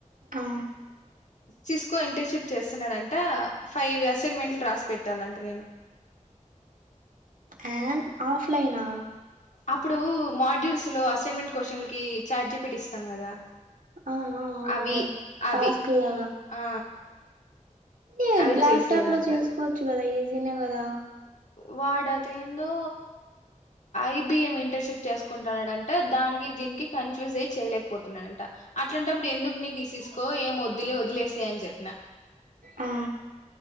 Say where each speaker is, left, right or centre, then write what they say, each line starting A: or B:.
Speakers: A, on the right; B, on the left.
A: ఆ
B: సిస్కో ఇంటర్నషిప్ చేస్తున్నాడంట ఫైవ్ అసైన్మెంట్లు రాసి పెట్టాలంటనేను
A: ఆ ఆఫ్ లైనా
B: అప్పుడు మాడ్యూల్స్ లో అసైన్మెంట్ క్వశ్చన్ల కి ఛాట్ జిపిటి ఇస్తాం కదా
A: ఆ ఆ అవునులే
B: అవి అవి
A: టాస్క్ లాగా
B: ఆ
A: ఏ
B: అవి
A: ల్యాప్టాప్
B: చేసియాలంట
A: లో చేసుకోవచ్చు కదా ఈజీనే కదా
B: వాడుఅది ఏందో ఐబిఎం ఇంటర్షిప్ చేసుకుంటాన్నాడంట దానికి దీనికి కన్ఫ్యూజ్ అయి చేయలేకపోతున్నాడంట అట్లాంటప్పుడు ఎందుకు నీకు సీసుకో ఏం వద్దులే వదిలేసాయ్ చెప్పినా
A: ఆ